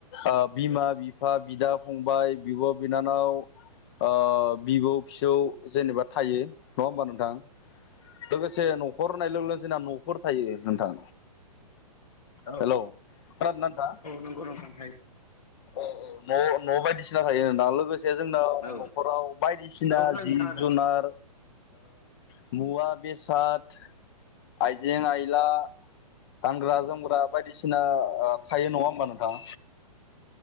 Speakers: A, on the left (about 40°); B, on the left (about 65°).
A: ओ बिमा बिफा बिदा फंबाय बिब' बिनानाव ओ बिबौ फिसौ जेनेबा थायो नङा होमबा नोंथां लोगोसे न'खर होननाय लोगो लोगो जोंना न'फोर थायो नोंथां
B: औ
A: हेलौ खोनादों ना नोंथां
B: नंगौ नोंथां थारैनो
A: औ औ न' न' सिना थायो आरो ना लोगोसे जोंनाव
B: औ
A: न'खराव बायदिसिना
B: औ खोनादों
A: जिब
B: खोनादों
A: जुनार मुवा बेसाद आइजें आइला गानग्रा जोमग्रा बायदिसिना थायो नङा होमबा नोंथां